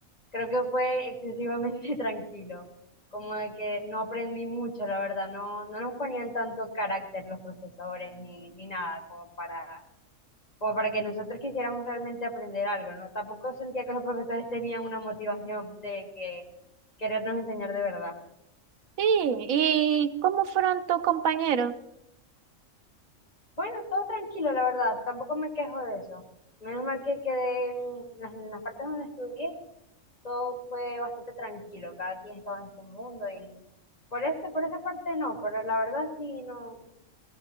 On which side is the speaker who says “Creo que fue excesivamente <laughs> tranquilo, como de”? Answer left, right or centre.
Left